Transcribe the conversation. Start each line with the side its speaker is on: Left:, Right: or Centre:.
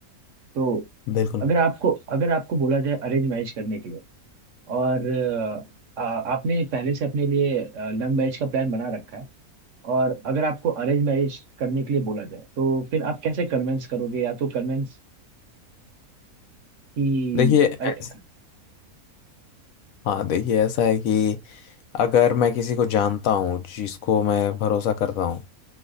Right: तो
Left: बिल्कुल
Right: अगर आपको अगर आपको बोला जाए अरेंज मैरिज करने के लिए और अ, आ- आपने पहले से अपने लिए लव मैरिज का प्लान बना रखा है और अगर आपको अरेंज मैरिज करने के लिए बोला जाए तो फिर आप कैसे कन्विंस करोगे या तो कन्विंस कि
Left: देखिए ऐस-
Right: अरे
Left: हाँ देखिए ऐसा है कि अगर मैं किसी को जानता हूँ जिसको मैं भरोसा करता हूँ